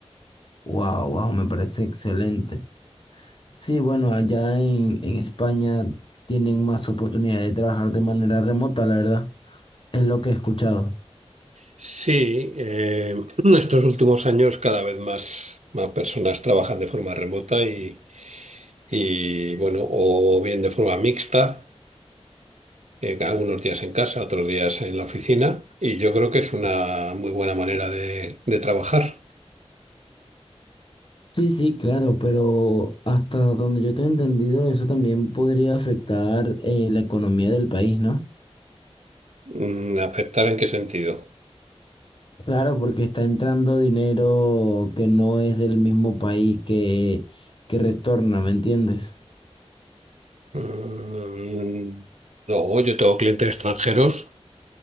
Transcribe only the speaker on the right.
Sí, eh, estos últimos años cada vez más, más personas trabajan de forma remota y, y bueno, o bien de forma mixta. eh, algunos días en casa, otros días en la oficina, y yo creo que es una muy buena manera de, de trabajar.
Mm, ¿Afectar en qué sentido?
Mm, luego yo tengo clientes extranjeros,